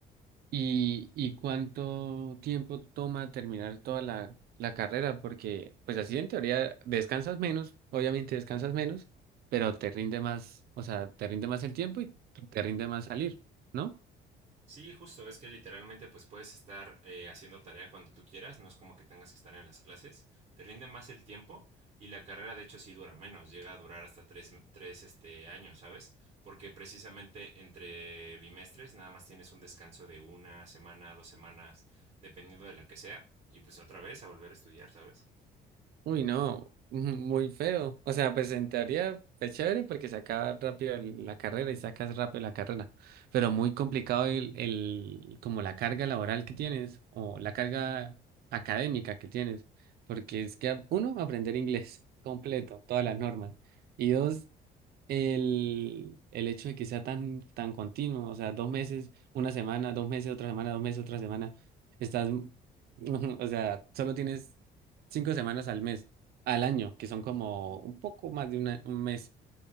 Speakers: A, on the right; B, on the right.
A: ¿Y, y cuánto tiempo toma terminar toda la, la carrera? Porque, pues así en teoría descansas menos, obviamente descansas menos, pero te rinde más, o sea, te rinde más el tiempo y te rinde más salir, ¿no?
B: Sí, justo, es que literalmente pues puedes estar eh, haciendo tarea cuando tú quieras, no es como que tengas que estar en las clases, te rinde más el tiempo y la carrera de hecho sí dura menos, llega a durar hasta tres, tres este, años, ¿sabes? Porque precisamente entre bimestres nada más tienes un descanso de una semana, dos semanas, dependiendo de la que sea, y pues otra vez a volver a estudiar, ¿sabes?
A: Uy, no, <laughs> muy feo. O sea, pues en teoría es chévere porque se acaba rápido el- la carrera y sacas rápido la carrera, pero muy complicado el, el, como la carga laboral que tienes o la carga académica que tienes, porque es que uno, aprender inglés <laughs> completo, todas las normas, y dos, el, el hecho de que sea tan, tan continuo, o sea, dos meses, una semana, dos meses, otra semana, dos meses, otra semana, estás, <laughs> o sea, solo tienes cinco semanas al mes, al año, que son como un poco más de una- un mes